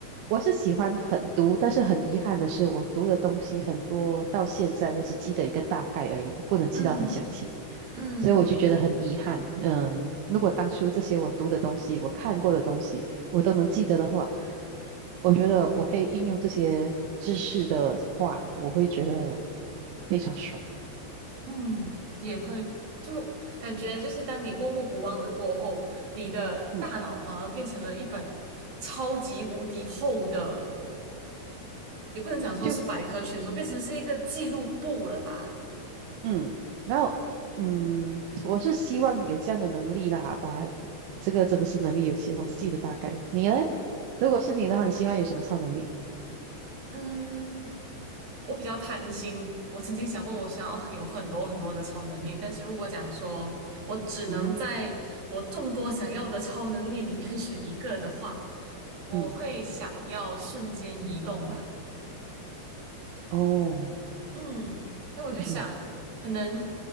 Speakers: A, on the right; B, on the right.
A: 我是喜欢很读，但是很遗憾的是，我读的东西很多，到现在我只记得一个大概而已，我不能记到很详细，
B: 嗯嗯
A: 所以我就觉得很遗憾。嗯，如果当初这些我读的东西，我看过的东西，我都能记得的话，我觉得我可以应用这些知识的话，我会觉得非常爽。
B: 嗯，也对，就感觉就是当你过目不忘了过后，你的大脑反而变成了一本超级无敌厚的。
A: 嗯，
B: 也不能讲说是百科全书，
A: 就
B: 变成是一个记录簿了吧？
A: 嗯，然后嗯，我是希望有这样的能力啦，把这个真的是能力有限，我只记得大概。你呢？如果是你的话，你希望有什么超能力？
B: 嗯，我比较贪心，我曾经想过我想要有很多很多的超能力，但是如果讲说我只能在我众多想要的超能力里面
A: 嗯哼，
B: <laughs> 选一个的话，我会想要瞬间移动吧。
A: 嗯，哦，
B: 嗯，因为我就想，
A: 为什么？
B: 可能